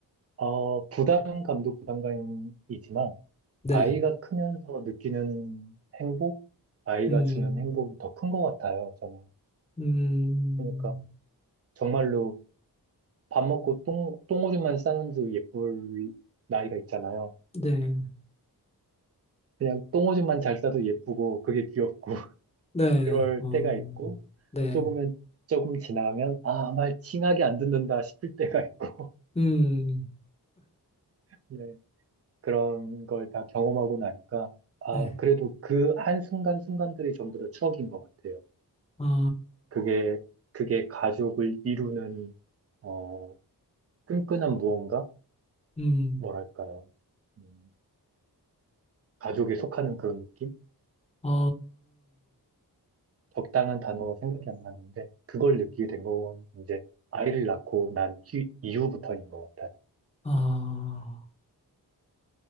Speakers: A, on the right; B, on the left.
A: 어, 부담감도 부담감이지만,
B: 네,
A: 아이가 크면서 느끼는 행복, 아이가
B: 음,
A: 주는 행복이 더 큰 것 같아요, 저는.
B: 음,
A: 그러니까 정말로 밥 먹고 똥, 똥오줌만 싸는 도 예쁠 나이가 있잖아요.
B: 네,
A: 그냥 똥오줌만 잘 싸도 예쁘고 그게 귀엽고 <laughs>
B: 네,
A: 그럴
B: 어,
A: 때가 있고
B: 네,
A: 조금은 조금 지나면 아, 말 칭하게 안 듣는다 싶을 때가 있고
B: 음,
A: 네, 그런 걸 다 경험하고 나니까 아,
B: 네,
A: 그래도 그 한순간순간들이 전부 다 추억인 것 같아요.
B: 아
A: 그게, 그게 가족을 이루는, 어, 끈끈한 무언가?
B: 음,
A: 뭐랄까요. 음, 가족에 속하는 그런 느낌?
B: 아
A: 적당한 단어가 생각이 안 나는데, 그걸 느끼게 된 건 이제 아이를 낳고 난 희- 이후부터인 것 같아요.
B: 아